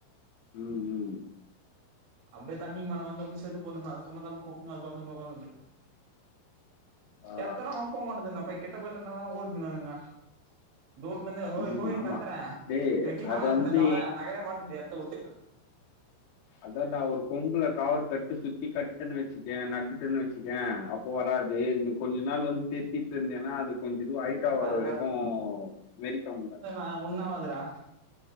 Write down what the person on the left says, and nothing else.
ம் ம்
ஆ
ம்
ஆமா
டேய்
அது வந்து
அதாண்டா ஒரு கொம்புல காவர் கட்டு சுத்தி கட்டன்னு வெச்சுக்கேயே நட்டுட்டன்னு வெச்சுக்கேயே கோ வராது நீ கொஞ்ச நாள் வந்து தெத்திட்டு இருந்தேனா ஏன்னா அது கொஞ்சோ இது ஆயி ட்ட வர
வரைக்கு மெரிக்க முட்லன்னு